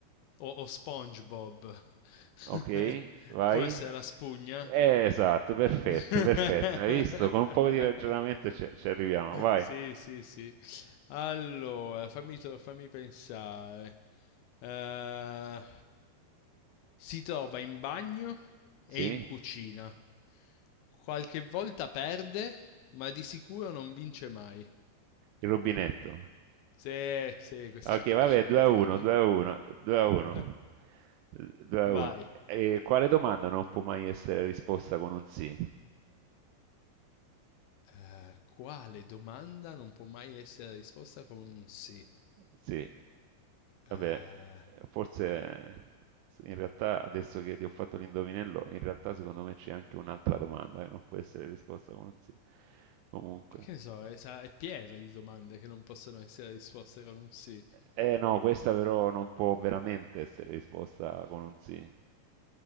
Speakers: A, on the left; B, on the right.
A: o, o SpongeBob. <laughs>
B: Ok, vai.
A: Può essere la spugna?
B: Eh, esatto, perfetto,
A: <laughs>
B: perfetto. Hai visto? Con un po' di ragionamento ci, ci arriviamo. Vai.
A: Sì, sì, sì. Allora, fammi, to- fammi pensare. Eh, si trova in bagno e
B: Sì?
A: in cucina. Qualche volta perde, ma di sicuro non vince mai.
B: Il rubinetto.
A: Sì, sì, questa
B: Ok,
A: era facile,
B: vabbè, 2
A: dai.
B: a 1, 2 a 1, 2 a 1,
A: <laughs>
B: 2 a
A: Vai.
B: 1. E quale domanda non può mai essere risposta con un sì?
A: Eh, quale domanda non può mai essere risposta con un sì?
B: Sì,
A: Eh,
B: vabbè, forse in realtà adesso che ti ho fatto l'indovinello, in realtà secondo me c'è anche un'altra domanda che non può essere risposta con un sì. Comunque.
A: che ne so, è, sa- è pieno di domande che non possono essere risposte con un sì.
B: Eh no, questa però non può veramente essere risposta con un sì.